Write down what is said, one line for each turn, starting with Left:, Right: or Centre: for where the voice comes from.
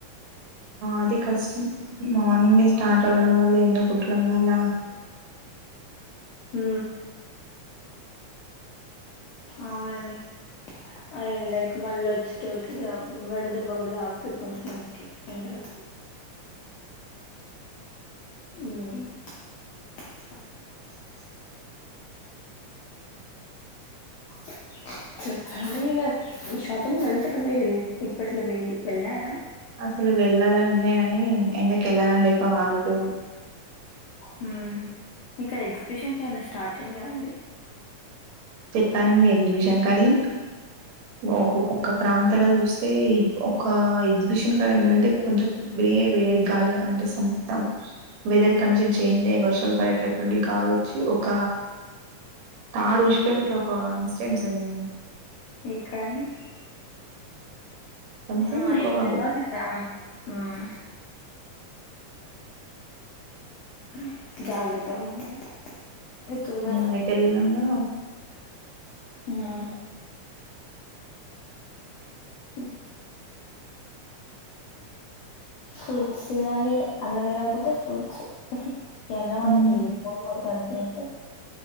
Right: అది కష్టం మార్నింగే స్టార్ట్ అవ్వడం వల్ల ఎండ కుట్టడం వల్ల
Left: ఉ అవునండి అయి లైక్ మళ్ళీ వచ్చిట్టుకి వడ దేబ్బ కూడా తాకుతది కొంత మందికి ఎండర్ <inaudible> ఇవన్ <unintelligible> <inaudible> చెప్పండి, ఎప్. హ్మ్మ్, షాపింగ్ వెళ్తాకు. <unintelligible> మీరు ఇప్ప ఇప్పట్లో వెళ్ల వెళ్లారా?
Right: అసలు వెళ్లాలని ఉంది కాని, ఎండకి వెళ్లాలని లేక ఆగిపోయిన.
Left: హ్మ్మ్, ఇక్కడ ఎగ్జిబిషన్స్ ఏమనా స్టార్ట్ అనాయా అండి?
Right: చెప్పరాండి? ఎగ్జిబిషన్ అన్నీ. ఓహో, ఒక్క అప్. ప్రాంతాలాల్ చూస్తా, ఒక ఎగ్జిబిషన్ కడ ఏమైందంటే? కొంచెం వే వేడిగాలి అంటే. అంటే, సొం తమ. వెదర్ కండిషన్ చేంజ అయ్యే వర్షాలు పడేటటుఉండి గాలోచ్చి ఒక. తాడు ఓష్‌పోయ్, ఒక అట్లా. ఒక ఇన్సిడెంట్ జరిగింది.
Left: ఇక్కడ అన్ని.
Right: సంథింగ్
Left: ఆ
Right: ఒక
Left: ఎక్కడ <unintelligible> అం. ఉమ్మ్ హ్మ్మ్, జాగ్రత్త గా ఉండాలి. ఎక్కడికి పోయినా
Right: ఆ ఏట్లెల్లాలనా?
Left: హ్మ్మ్. హు. ఫ్రూట్స్ తినాలి ఇగ. అన్నం తినకపోతే ఫ్రూట్స్ ఊ హహా. ఏనా
Right: హ్మ్
Left: వాస బియ్యం. <unintelligible> రోజూ అంటే ఇంత.